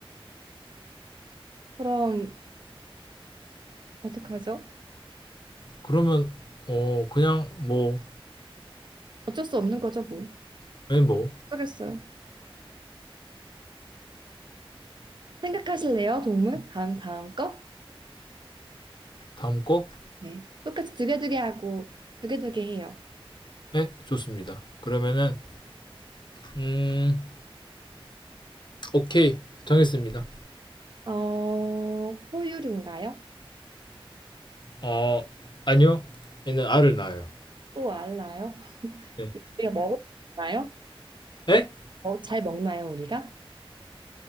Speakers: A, on the right; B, on the left.
A: 그럼 어떡하죠?
B: 그러면 어 그냥 뭐
A: 어쩔 수 없는 거죠, 뭐.
B: 네, 뭐
A: 어쩌겠어요. 생각하실래요, 동물? 다음, 다음 거?
B: 다음 거?
A: 네. 똑같이 두개 두개 하고, 두개 두개 해요.
B: 네 좋습니다. 그러면은 음 오케이 정했습니다.
A: 어, 포유류인가요?
B: 어 아니요 얘는 알을 낳아요.
A: 또 알나요?
B: 네.
A: 우리가 먹을까요?
B: 에?
A: 어, 잘 먹나요, 우리가?